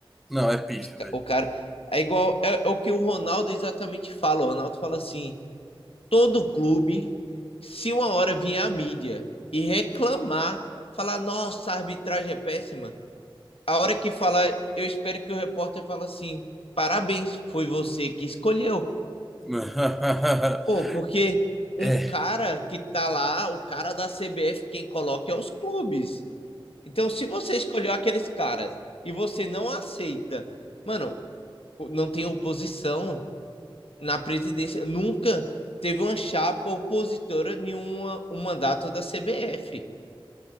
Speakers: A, in the centre; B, on the left.
A: Não, é pífio,
B: os ca-
A: velho.
B: o cara. É igual. É, é o que o Ronaldo exatamente fala. O Ronaldo fala assim. todo clube, se uma hora vier a mídia e reclamar, falar, nossa, a arbitragem é péssima, a hora que falar, eu espero que o repórter fale assim, parabéns, foi você que escolheu.
A: <laughs>
B: Pô, porque
A: É.
B: um cara que tá lá, o cara da CBF, quem coloca é os clubes. Então, se você escolheu aqueles caras e você não aceita, mano, não tem oposição, na presidência, nunca teve uma chapa opositora a nenhuma um mandato da CBF.